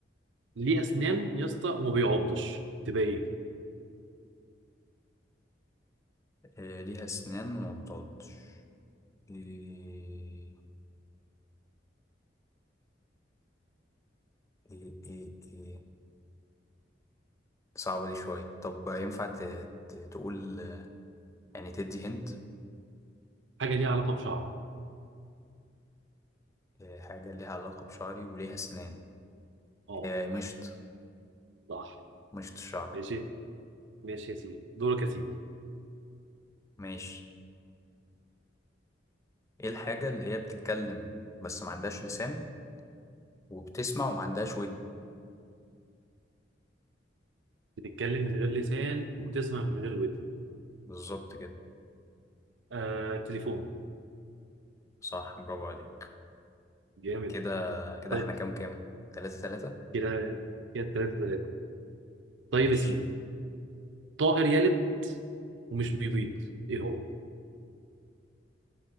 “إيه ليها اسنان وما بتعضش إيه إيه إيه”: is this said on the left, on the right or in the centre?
Left